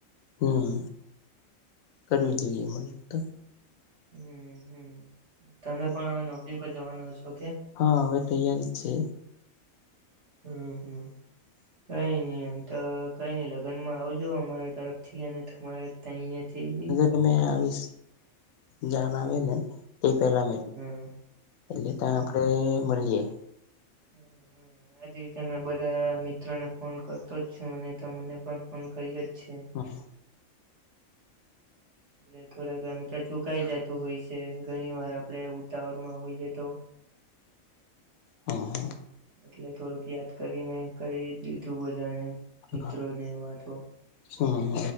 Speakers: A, on the left (about 80°); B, on the right (about 55°).
A: હમ કરવી જોઈએ મને તો
B: હમ હમ તમે પણ હવે નોકરી પર જવાનો હશો કે
A: હા હવે તૈયારી જ છે
B: હમ હમ કઈ નઈ એમ તો કઈ નઈ લગ્નમાં આવજો અમારે તરફ અને તમારા તહીંયાથી બી
A: આવી જણાવ ને એ પેલા મે
B: હમ હમ
A: એટલે ત્યાં આપડે મળીએ
B: હમ હમ આજ રીતે મે બધા મિત્રોને ફોન કરતો જ છું અને તમને પણ ફોન કર્યો જ છે
A: હા <inaudible>
B: એટ થોડાક આમ તો ચુકાઈ જતું હોય છે ઘણી વાર આપણે ઉતાવળમાં હોઈએ તો
A: હા
B: એટલે થોડુંક યાદ કરીને કરી દીધું બધાને મિત્રો
A: હમ
B: ને વાતો
A: હમ